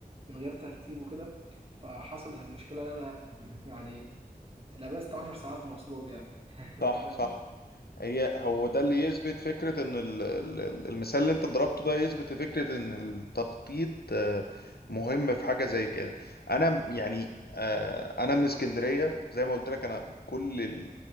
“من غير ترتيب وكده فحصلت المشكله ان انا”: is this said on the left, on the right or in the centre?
Right